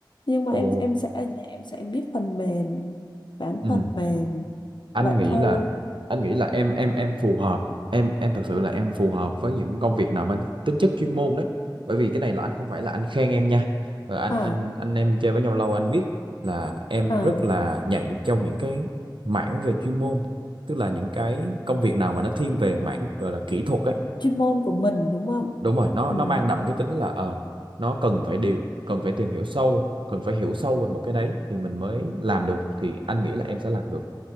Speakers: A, on the left; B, on the right.
A: nhưng mà
B: ồ
A: em em sẽ ở nhà em sẽ biết phần mềm bán
B: ừ
A: phần mềm
B: anh
A: vậy
B: nghĩ
A: thôi
B: là anh nghĩ là em em em phù hợp em em thật sự là em phù hợp với những công việc nào mang tính chất chuyên môn đấy bởi vì cái này là anh không phải là anh khen em nha Ờ, anh
A: à
B: anh anh em chơi với nhau lâu anh biết là em
A: à
B: rất là nhạy trong những cái mảng về chuyên môn tức là những cái công việc nào mà nó thiên về mảng gọi là kỹ thuật ấy
A: chuyên môn của mình đúng không
B: đúng rồi nó
A: ừ
B: nó mang đậm cái tính là ờ nó cần phải điều cần phải tìm hiểu sâu cần phải hiểu sâu về một cái đấy thì mình mới làm được thì anh nghĩ là em sẽ làm được